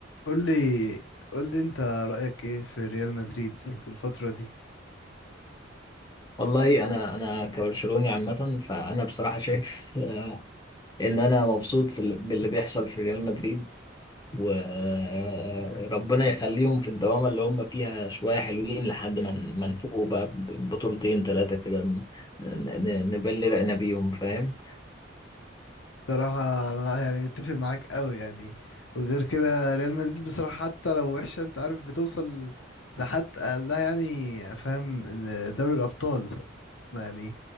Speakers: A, on the left; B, on the left.
A: قول لي قول لي انت رأيك ايه في ريال مدريد في الفترة دي
B: والله انا انا كبرشلوني عامه فانا بصراحه شايف <laughs> ان انا مبسوط في ال- باللي بيحصل في ريال مدريد وربنا يخليهم في الدوامه اللي هم فيها شويه حلوين لحد ما ن- ما نفوق بقى ب- بطولتين ثلاثه كده ن- ن- نبلي رقنا بيهم فاهم
A: بصراحة انا يعني متفق معاك قوي يعني وغير كده ريال مدريد بصراحة حتى لو وحشة انت عارف بتوصل لحد لا يعني فاهم دوري الأبطال ما يعني